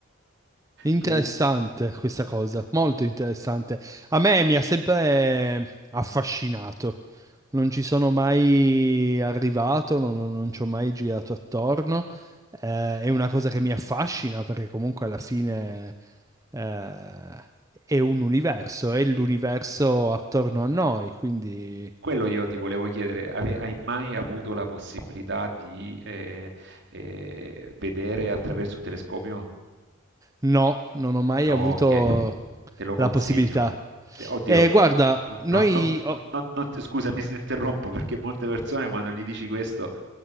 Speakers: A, on the right; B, on the right.
A: Interessante
B: Tu,
A: questa cosa, molto interessante. A me mi ha sempre affascinato. Non ci sono mai arrivato, non, non- non ci ho mai girato attorno. Eh, è una cosa che mi affascina perché comunque alla fine eh, è un universo, è l'universo
B: eh,
A: attorno a noi. Quindi
B: quello io ti volevo chiedere, ave- hai mai avuto la possibilità di eh, eh, vedere attraverso un telescopio?
A: no, non ho mai
B: Ok,
A: avuto
B: te lo
A: la
B: consiglio.
A: possibilità.
B: Te- Oddio,
A: Eh, guarda,
B: no-
A: noi
B: no- no-
A: ho,
B: no- no- non ti- scusami se ti interrompo perché molte persone quando gli dici questo